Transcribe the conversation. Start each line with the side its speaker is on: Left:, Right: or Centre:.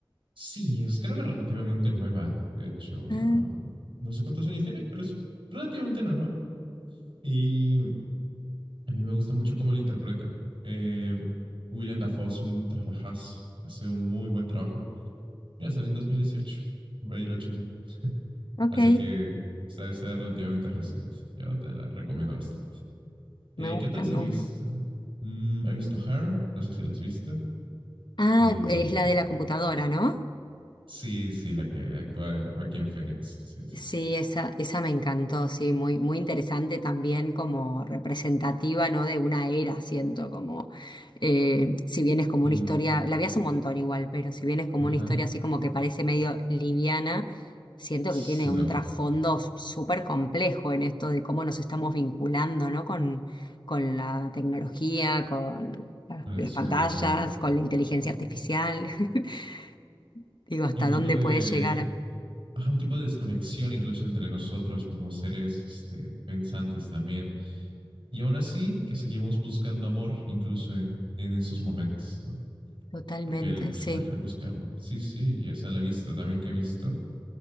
Right: sí, es creo que relativamente nueva, de hecho.
Left: Ah,
Right: am, no sé cuántos años tiene, pero es relativamente nueva. Y a mí me gusta mucho cómo la interpreta. Eh, Willem Dafoe es un trabajazo, hace un muy buen trabajo. Mira, salió en 2018. Ahí lo chequé.
Left: ok,
Right: Así que está, está relativamente reciente. Yo te la recomiendo bastante. Eh,
Left: me gusta,
Right: ¿qué otras
Left: me
Right: he visto?
Left: gusta.
Right: Mm, he visto Her, no sé si la has visto.
Left: Ah,
Right: Eh,
Left: es la de la computadora, ¿no?
Right: sí, sí, la que actúa el Joaquín Phoenix. Sí, sí,
Left: Sí,
Right: sí.
Left: esa, esa me encantó, sí, muy, muy interesante también como representativa, ¿no? De una era, siento, como eh, si bien es como
Right: Mm,
Left: una historia, la vi hace un montón igual, pero si bien es como
Right: ajá.
Left: una historia así como que parece medio liviana, siento
Right: S-
Left: que tiene
Right: No,
Left: un trasfondo súper complejo en esto de cómo nos estamos vinculando, ¿no? Con, con la tecnología, con la-
Right: con el
Left: las
Right: ser
Left: pantallas,
Right: humano.
Left: con la inteligencia
Right: Ujú.
Left: artificial. <laughs> Digo, hasta
Right: Y un tipo
Left: dónde
Right: de,
Left: puede llegar.
Right: ajá, un tipo de desconexión incluso entre nosotros como seres este, pensantes también Y aún así, que seguimos buscando amor incluso en, en esos momentos, ¿no?
Left: Totalmente,
Right: Porque el personaje
Left: sí.
Right: busca amor. Sí, sí, y esa la he visto también que he visto.